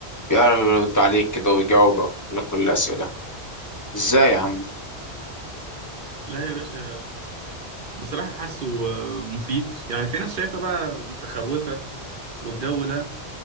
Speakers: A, on the left; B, on the right.
A: بيعرف يرد عليك كده ويجاوبك كل كل الأسئلة ازاي يا عم
B: لا يا باشا بصراحه حاسه آه، مفيد يعني في ناس شايفه بقى متخوفه والجو ده